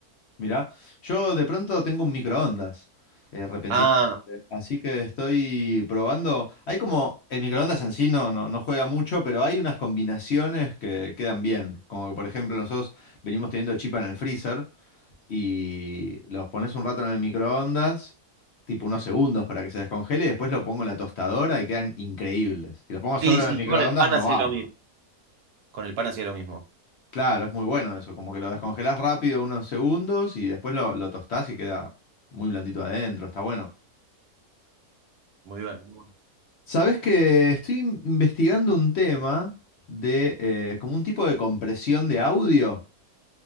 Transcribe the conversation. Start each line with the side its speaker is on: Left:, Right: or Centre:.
Left: Mirá, yo de pronto tengo un microondas, eh, repentinamente.
Right: Ah,
Left: Así que estoy probando. Hay como, el microondas en sí no, no, no juega mucho, pero hay unas combinaciones que quedan bien. Como que, por ejemplo, nosotros venimos teniendo chipa en el freezer y los pones un rato en el microondas, tipo unos segundos para que se descongele, y después lo pongo en la tostadora y quedan increíbles. Si los pongo solo
Right: sí,
Left: en
Right: sí,
Left: el microondas
Right: yo con el pan
Left: no
Right: hacía
Left: va.
Right: lo mismo. Con el pan hacía lo mismo.
Left: Claro, es muy bueno eso, como que lo descongelás rápido unos segundos y después lo, lo tostás y queda muy blandito adentro, está bueno.
Right: Muy bien. muy bueno.
Left: Sabes que estoy investigando un tema de eh, como un tipo de compresión de audio